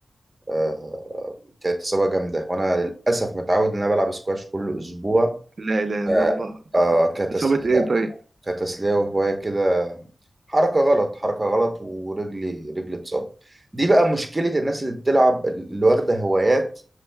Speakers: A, on the right (about 25°); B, on the right (about 55°).
A: آه، كانت اصابة جامدة وانا للاسف متعود ان انا بلعب سكواش كل اسبوع
B: لا اله الا
A: آه،
B: الله
A: آه، كتسلية
B: اصابه ايه طيب
A: كتسلية وهواية كده حركة غلط حركة غلط ورجلي رجلي اتصاب دي بقى مشكلة الناس اللي بتلعب اللي واخدة هوايات